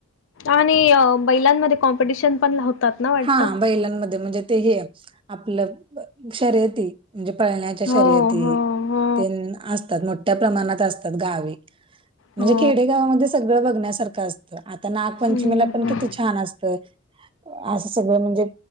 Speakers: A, on the left (about 60°); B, on the right (about 25°).
A: आणि अ बैलानमध्ये कॉम्पिटिशन पण हो होतात ना वाटतं
B: हां बैलानमध्ये म्हणजे ते हे आपलं शर्यती. म्हणजे पळण्याच्या
A: हो
B: शर्यती
A: हो हो
B: ते न आसतात मोठ्या प्रमाणात आसतात गावी. म्हणजे
A: हो
B: खेडेगावामध्ये सगळं बघण्यासारखं असतं. आता नागपंचमीला
A: हम्म
B: पण किती छान असतं. तर आसं सगळं म्हणजे